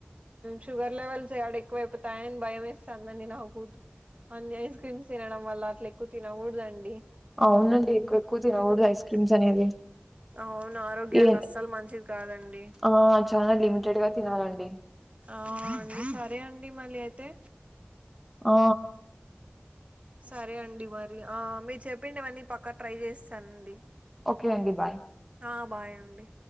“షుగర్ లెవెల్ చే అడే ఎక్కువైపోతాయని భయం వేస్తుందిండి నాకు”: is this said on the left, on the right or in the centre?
Right